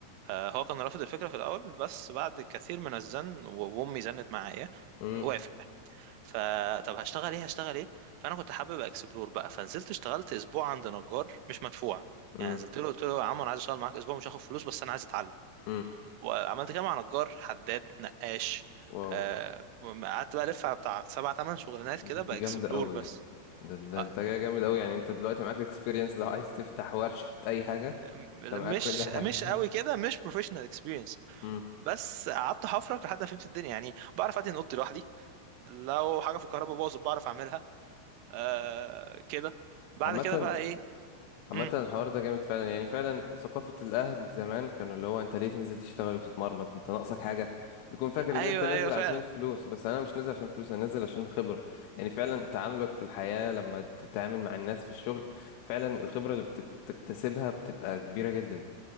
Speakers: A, on the right; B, on the left.
A: آه، هو كان رافض الفكرة في الأول بس بعد كثير من الزن و- وأمي زنت معايا
B: امم
A: وافق فطب هشتغل ايه هشتغل ايه فانا كنت حابب اكسبلور بقى فنزلت اشتغلت اسبوع عند نجار مش مدفوع
B: امم
A: يعني نزلت له قلت مم. له يا عم انا عايز اشتغل معاك اسبوع مش هاخد فلوس بس انا عايز اتعلم
B: امم
A: وعملت كده مع نجار حداد نقاش
B: واو
A: آه، قعدت بقى الف على بتاع سبع تمن شغلانات كده
B: دي
A: باكسبلور
B: دي جامدة قوي
A: بس
B: ده, ده
A: آه،
B: انت جاي جامد قوي يعني انت دلوقتي معاك اكسبيرينس لو عايز تفتح ورشة اي حاجة
A: م-
B: انت معاك
A: مش
B: كل حاجة
A: مش قوي كده مش بروفيشنال اكسبيرينس
B: <laughs> امم
A: بس قعدت حفرك لحد ما فهمت الدنيا يعني بعرف ادهن اوضتي لوحدي لو حاجه في الكهرباء باظت بعرف اعملها آه كده بعد
B: عامة
A: كده بقى ايه
B: عامة
A: مم.
B: الحوار ده جامد فعلا يعني فعلا ثقافة الأهل زمان كانوا اللي هو أنت ليه تنزل تشتغل وتتمرمط أنت ناقصك حاجة بيكون فاكر
A: ايوه
B: إن أنت نازل
A: ايوه فعلا
B: عشان فلوس بس أنا مش نازل عشان فلوس أنا نازل عشان خبرة يعني فعلا تعاملك في الحياة لما تتعامل مع الناس في الشغل فعلا الخبرة اللي بتك- بتكتسبها بتبقى كبيرة جدا